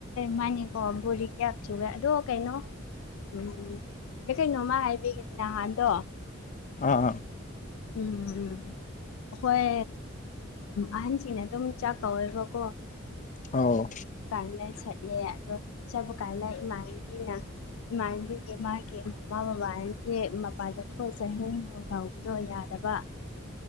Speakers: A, on the left (about 85°); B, on the left (about 40°).
A: ꯃꯥꯅꯤꯀꯣ ꯕꯣꯔꯤ ꯀꯌꯥꯁꯨꯒ ꯑꯗꯣ ꯀꯩꯅꯣ ꯎꯝ ꯎꯝ ꯑꯩꯈꯩꯩꯅꯣꯃ ꯍꯥꯏꯕꯤꯒꯅꯍꯠꯇꯣ
B: ꯑꯥ ꯑꯥ
A: ꯎꯝ ꯎꯝ ꯍꯈꯣꯏ ꯑꯍꯟꯁꯤꯅ ꯑꯗꯨꯝ ꯆꯥꯛ ꯀꯧꯋꯦꯕꯀꯣ
B: ꯑꯥꯎ
A: ꯁꯠꯂꯦ ꯑꯗꯣ ꯆꯠꯄ ꯀꯥꯏꯅ ꯏꯃꯥꯟꯕꯤꯅ ꯃꯥꯟꯕꯤꯦ ꯃꯥ ꯀꯦ ꯃꯃꯥ ꯕꯥꯟꯁꯦ ꯃꯄꯥꯥꯗꯣ ꯁꯍꯤꯗ ꯌꯥꯗ ꯆꯕꯥꯛ